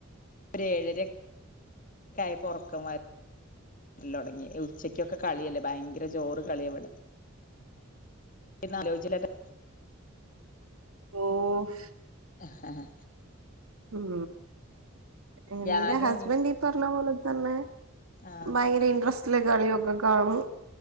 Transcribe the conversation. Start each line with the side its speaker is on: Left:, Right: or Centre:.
Left: ഒര് ഏഴര ഒക്കെ ആയപ്പം ഒറക്കം വരു വരല് തുടങ്ങി ഉച്ചക്കൊക്കെ കളിയല്ലേ ഭയങ്കര ജോറ് കളിയാ ഇവിടെ അവിടെ <unintelligible>
Right: ഓഫ്
Left: ഹ ഹ
Right: ഉം എന്റെ
Left: ഞാന്
Right: ഹസ്ബന്റ് ഈ പറഞ്ഞ പോലെ തന്നെ
Left: ആ
Right: ഭയങ്കര ഇൻട്രസ്റ്റ്ൽ കളിയൊക്കെ കാണും